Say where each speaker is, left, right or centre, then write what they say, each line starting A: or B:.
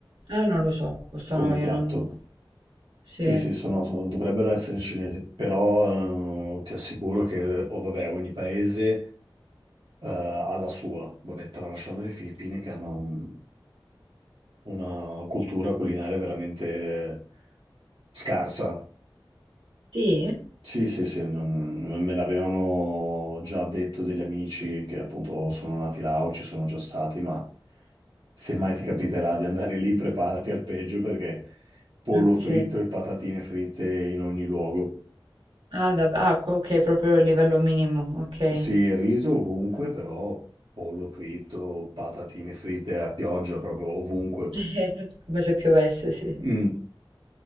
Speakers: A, on the right; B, on the right.
A: Ah, non lo so, questo
B: come
A: no, io
B: piatto.
A: non... Sì.
B: Sì, sì, sono, sono- dovrebbero essere cinesi, però eh, ti assicuro che oh, vabbè, ogni paese eh, ha la sua, vabbè, tralasciando le Filippine che hanno un- una cultura culinaria veramente scarsa.
A: Sì?
B: Sì, sì, sì, non- me l'avevano già detto degli amici che appunto sono nati là o ci sono già stati, ma se mai ti capiterà di andare lì, preparati al peggio perché pollo
A: Ok.
B: fritto e patatine fritte in ogni luogo.
A: Ah, da- ah, co- ok, proprio il livello minimo, ok.
B: Sì, il riso ovunque, però pollo fritto, patatine fritte a pioggia proprio ovunque.
A: <laughs> Come se piovesse, sì.
B: Mm.